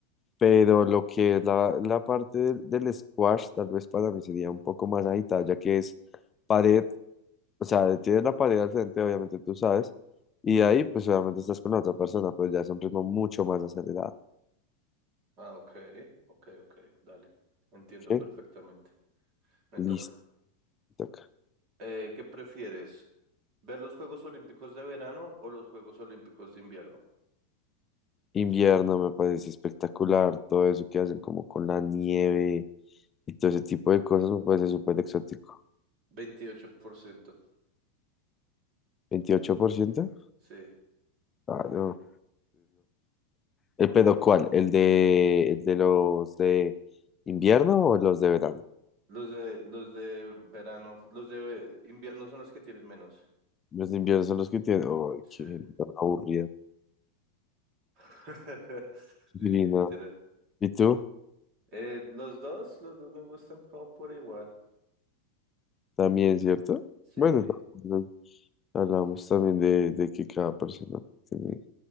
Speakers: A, on the left; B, on the right.
A: Pero lo que es la, la parte del, del squash, tal vez para mí sería un poco más agitada, ya que es pared, o sea, tienes la pared al frente, obviamente tú sabes, y ahí pues obviamente estás con la otra persona, pero ya es un ritmo mucho más acelerado.
B: Ah, ok, ok, ok, dale. Entiendo
A: ¿ok?
B: perfectamente. Me
A: Listo,
B: toca.
A: te toca.
B: Eh, ¿qué prefieres? ¿Ver los Juegos Olímpicos de verano o los Juegos Olímpicos de invierno?
A: Invierno me parece espectacular, todo eso que hacen como con la nieve y todo ese tipo de cosas me parece súper exótico.
B: 28%.
A: ¿28%?
B: Sí.
A: Ah, no, ¿El pedo cuál? ¿El de, el de los de invierno o los de verano?
B: Los de, los de verano, los de invierno son los que tienen menos.
A: Los de invierno son los que tienen. ¡Ay,
B: Sí.
A: qué gente tan aburrida!
B: <laughs>
A: Sí,
B: Sí, sí,
A: no.
B: literal.
A: ¿Y tú?
B: Eh, los dos, los dos me gustan como por igual.
A: También, ¿cierto?
B: Sí,
A: Bueno, también hablamos también de, de que cada persona tiene